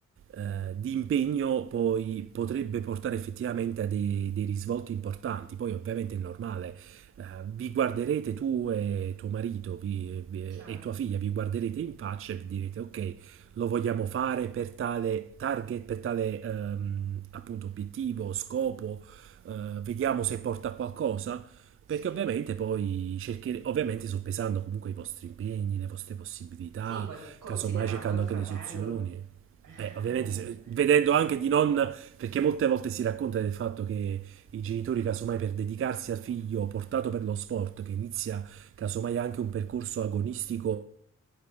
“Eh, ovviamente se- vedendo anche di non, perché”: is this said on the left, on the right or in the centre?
Right